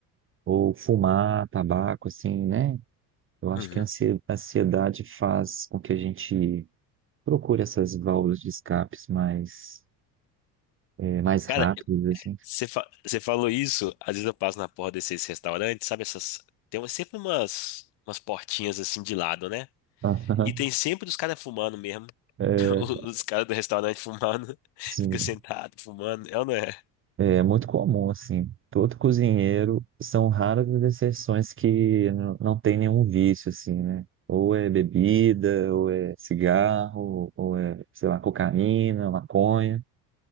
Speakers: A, on the right (about 25°); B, on the left (about 55°).
A: ou fumar tabaco, assim, né? Eu acho
B: Uhum.
A: que a ansie- a ansiedade faz com que a gente procure essas válvulas de escapes mais, eh, mais rápidas,
B: Cara,
A: assim.
B: você fa- você falou isso, às vezes eu passo na porta desses restaurantes, sabe essas... Tem uma- sempre umas, umas portinhas assim de lado, né?
A: <laughs>
B: E tem sempre os caras fumando mesmo.
A: É,
B: <laughs> Os caras do restaurante fumando. <laughs> Fica
A: sim,
B: sentado, fumando. É ou não é?
A: é muito comum, assim. Todo cozinheiro, são raras as exceções que n- não tem nenhum vício, assim, né? Ou é bebida, ou é cigarro, ou é, sei lá, cocaína, maconha.